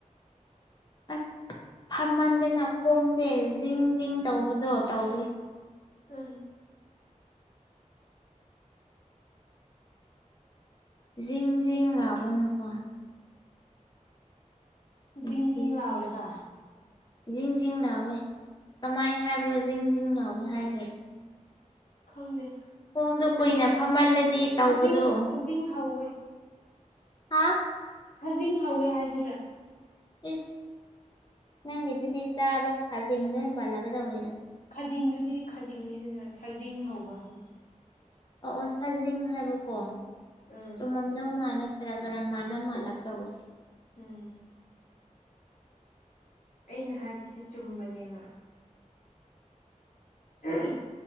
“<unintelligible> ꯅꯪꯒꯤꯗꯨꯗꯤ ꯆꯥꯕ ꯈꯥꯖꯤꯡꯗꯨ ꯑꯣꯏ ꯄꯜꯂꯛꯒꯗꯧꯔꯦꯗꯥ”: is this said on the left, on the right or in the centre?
Left